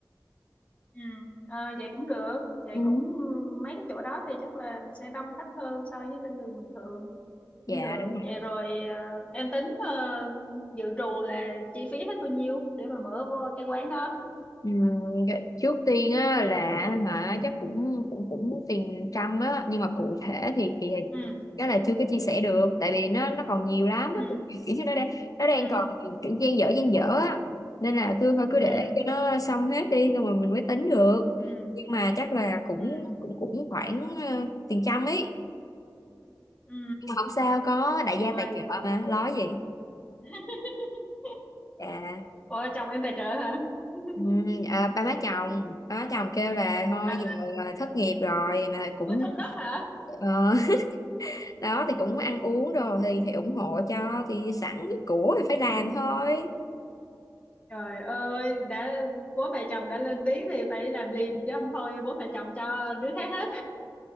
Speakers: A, on the left; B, on the left.
A: ừ Ờ vậy cũng được. Vậy
B: ừ,
A: cũng ừ, mấy cái chỗ đó thì chắc là sẽ đông khách hơn so với trên đường bình thường. cũng
B: dạ
A: được
B: đúng
A: vậy rồi à, em tính ờ, dự trù là chi phí hết bao nhiêu để mà mở vô cái quán đó
B: Ừ, dạ, trước tiên á là hả chắc cũng cũng cũng tiền trăm á nhưng mà cụ thể thì thì
A: ừ
B: cái là chưa có chia sẻ được tại vì nó nó còn nhiều lắm
A: ừ
B: nó cũng- <laughs> kiểu như nó đang nó đang
A: ừ
B: còn kiểu dang dở dang dở á nên là cứ thôi cứ để
A: ừ
B: cho nó xong hết đi rồi mình mới tính được
A: ừ
B: nhưng mà chắc là cũng
A: ừ
B: cũng cũng khoảng ờ, tiền trăm ấy
A: ừ
B: nhưng mà không sao có đại gia
A: rồi
B: tài trợ mà lo gì
A: <laughs>
B: à
A: ủa chồng em tài trợ hả <laughs>
B: Ừ, à, ba má chồng ba má chồng kêu là thôi
A: à,
B: giờ là thất nghiệp rồi mà cũng
A: có trống đất hả
B: ờ, <laughs> đó thì cũng ăn uống đồ thì thì ủng hộ cho thì sẵn của thì phải làm
A: ừ.
B: thôi
A: trời ơi đã bố mẹ chồng đã lên tiếng thì phải làm liền chứ không thôi bố mẹ chồng cho đứa khác hết